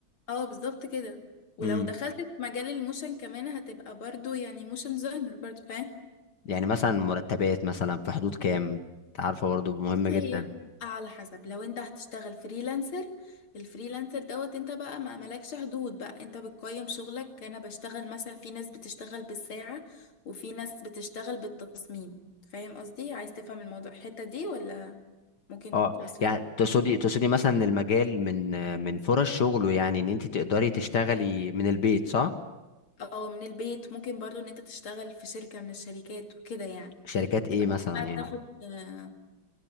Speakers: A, on the left; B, on the left.
A: اه بالظبط كده ولو
B: امم
A: دخلت في مجال الموشن كمان هتبقى برضو يعني موشن ديزاينر برضو فاهم
B: يعني مثلا مرتبات مثلا في حدود كام انت عارفه برضه مهم
A: بصي
B: جدا
A: هي بتبقى على حسب لو انت هتشتغل فريلانسر الفريلانسر دوت انت بقى ما ملكش حدود بقى انت بتقيم شغلك انا بشتغل مثلا في ناس بتشتغل بالساعة وفي ناس بتشتغل بالتصميم فاهم قصدي عايز تفهم الموضوع الحتة دي ولا ممكن
B: اه
A: توصلك
B: يعني تقصدي تقصدي مثلا إن المجال من من فرص شغله يعني ان انت تقدري تشتغلي من البيت صح
A: اه من البيت ممكن برضو ان انت تشتغل في شركة من الشركات وكده يعني
B: شركات ايه
A: تبقى
B: مثلا
A: بقى
B: يعني
A: بتاخد آه،